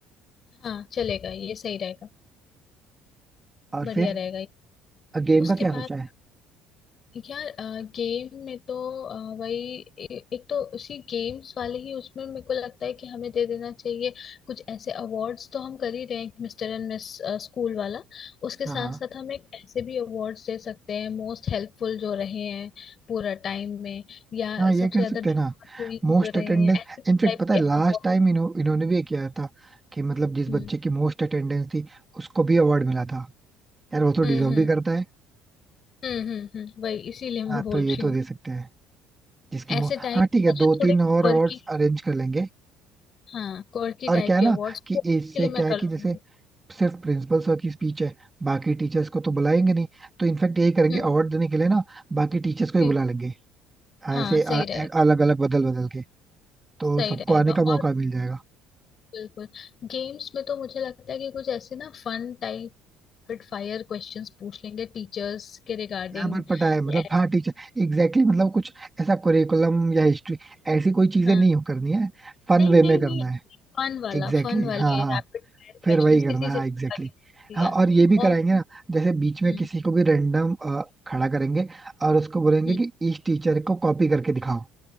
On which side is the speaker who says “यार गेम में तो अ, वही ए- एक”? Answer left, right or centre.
Left